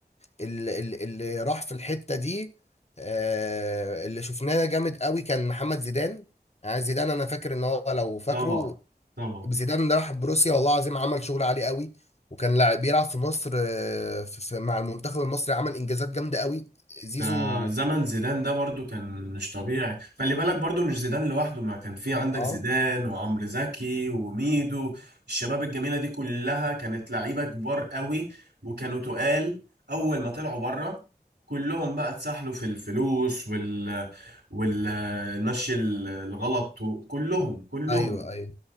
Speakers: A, on the left; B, on the right.
A: اللي, اللي راح في الحتة دي آه، اللي شفناه جامد قوي كان محمد زيدان يعني زيدان انا فاكر ان هو لو فاكره
B: طبعا طبعا
A: زيدان اللي راح بروسيا والله العظيم عمل شغل عالي قوي وكان لاعب بيلعب في مصر آه، في في- مع المنتخب المصري عمل انجازات جامدة قوي زيزو
B: ده زمن زيدان ده برضو كان مش طبيعي خلي بالك برضو مش زيدان لوحده ما كان في عندك
A: اه
B: زيدان وعمرو زكي وميدو الشباب الجميلة دي كلها كانت لعيبة كبار قوي وكانوا تقال أول ما طلعوا بره كلهم بقى اتسحلوا في الفلوس وال والمشي الغلط وكلهم كلهم
A: ايوه ايوه